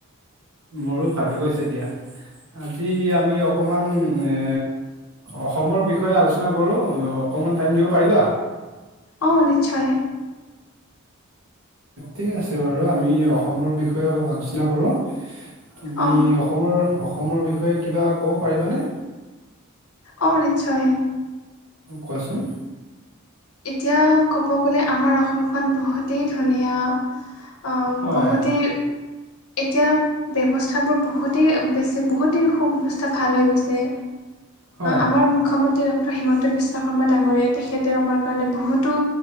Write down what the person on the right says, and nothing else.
মোৰো ভালে গৈছে দিয়া। আজি আমি অকণমান এ অসমৰ বিষয়ে আলোচনা কৰো, অকমান টাইম দিব পাৰিবা?
ঠিক আছে বাৰু আমি অসমৰ বিষয়ে অলপ আলোচনা কৰোঁ‌। তুমি
অসমৰ, অসমৰ বিষয়ে কিবা ক'ব পাৰিবানে?
অ', কোৱাচোন।
হয়
হয়